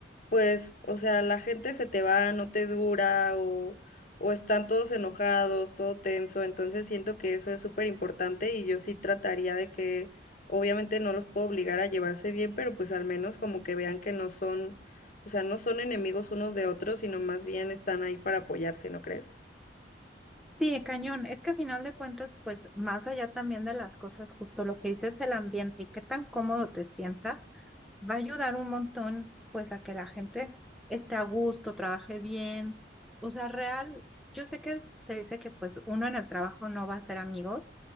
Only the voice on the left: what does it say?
pues, o sea, la gente se te va, no te dura o, o están todos enojados, todo tenso, entonces siento que eso es súper importante y yo sí trataría de que, obviamente no los puedo obligar a llevarse bien, pero pues al menos como que vean que no son, o sea, no son enemigos unos de otros, sino más bien están ahí para apoyarse, ¿no crees?